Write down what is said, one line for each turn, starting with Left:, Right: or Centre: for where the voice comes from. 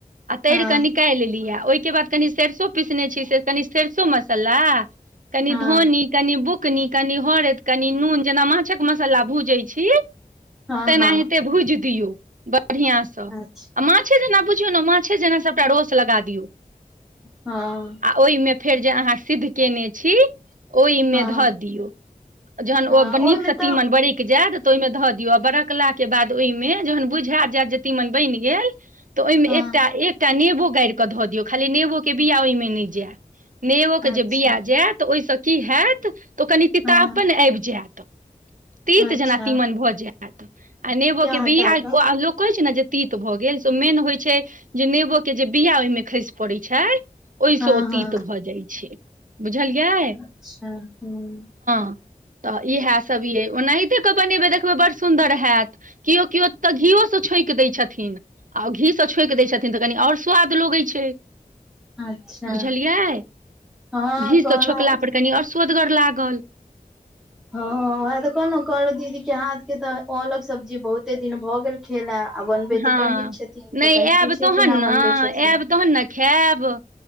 Right: आ तर
Centre: हँ
Right: क निकालि लिय ओहिके बाद कनि सरसो पीसने छी से कनी सरसो मसाला कनि
Centre: हँ
Right: धोनी कनि बुक कनि कनि हरद कनि नून जेना माछक मसाला भूजैत छी
Centre: हँ
Right: तना
Centre: हँ
Right: हेते भुइज दियो बढ़िआँसँ
Centre: अच्छा
Right: आ माछे जेना बुझियौ ने माछे जेना सभटा रोस लगा दियौ
Centre: हँ
Right: आ ओहिमे फेर जे अहाँ सिद्ध कयने छी ओहिमे
Centre: हँ
Right: धऽ दियौ जहन ओ
Centre: हँ
Right: नीक
Centre: ओहिमे
Right: से
Centre: तऽ
Right: तीमन बरकि जायत तऽ ओहिमे धऽ दियौ आ बरकला के बाद ओहिमे जखन बुझाय जायत जे तीमन बनि गेल तऽ ओहिमे
Centre: हँ
Right: एकटा एकटा नेब बो गार केऽ धऽ दियौ खाली नेबो के बिया ओहिमे नहि जाय नेबो के
Centre: अच्छा
Right: जे बिया जाय तऽ ओहिसँ की हयत तऽ ओ कनि तिताब
Centre: हँ
Right: पन आबि जायत तीत
Centre: अच्छा
Right: जेना तीमन भऽ जायत आ नेबो के
Centre: हटा
Right: बिया
Centre: कऽ
Right: लोक कहैत छै ने जे तीत भऽ गेल से मेन होइ छै जे नेबो के जे बिया ओहि मे खसि पड़े छै। ओहिसँ
Centre: हँ
Right: ओ
Centre: हँ
Right: तीत भऽ जाइत छै बुझलियै
Centre: अच्छा ह्म
Right: <inaudible> तऽ इएह सब ये ओनाहिते के बनेबे देखबे बड़ सुदर हयत कियो कियो त घीयो से छो दै छथिन आ घीसँ छोकि दै छथिन तऽ कनि आओर स्वाद लगै छै।
Centre: अच्छा
Right: बुझलियै
Centre: हँ
Right: घी स
Centre: कहलहुँ
Right: छोकला पर कनि आओर स्वदगर लागल
Centre: हँ औहे तऽ कहलहु कहलहु दीदी के हाथ के तऽ औलक सब्जी बहुते दिन भऽ गेल खेला आ बनबै
Right: हँ
Centre: तऽ बड नीक छथिन
Right: नहि
Centre: तऽ कनि
Right: आयब
Centre: पूछिये
Right: तहन
Centre: केना
Right: ने
Centre: बनबै छथिन
Right: आयब तहन ने खायब